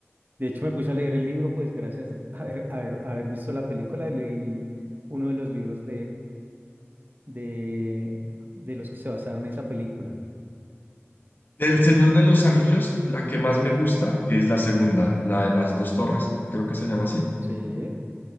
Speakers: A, on the right; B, on the left.
A: de hecho me puse a leer el libro, pues gracias a haber, haber, haber visto la película, leí uno de los libros de, de los que se basaron en esa película.
B: Del Señor de los Anillos, la que más me gusta es la segunda, la de las dos torres, creo que se llama así.
A: Sí,